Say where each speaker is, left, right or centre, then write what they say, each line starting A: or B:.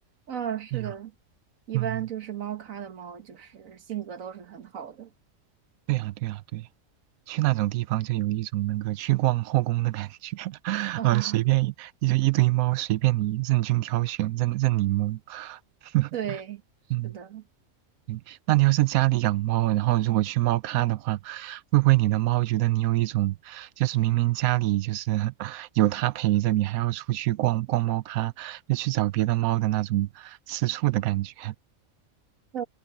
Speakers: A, on the right (about 70°); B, on the right (about 80°).
A: 嗯，是的，
B: 哎呀，
A: 一般就是猫咖的猫，
B: 嗯，
A: 就是性格都是很好的
B: 对呀对呀对呀。去那种地方就有一种那个去逛后宫的感觉，<laughs>
A: 啊。
B: 呃，随便一一就一堆猫，
A: <laughs>
B: 随便你任君挑选，任任你摸。<laughs>
A: 对，是的，
B: 嗯嗯，那你要是家里养猫，然后如果去猫咖的话，会不会你的猫觉得你有一种，就是明明家里就是 <laughs> 有它陪着你，还要出去逛逛猫咖，就去找别的猫的那种吃醋的感觉？
A: 呃，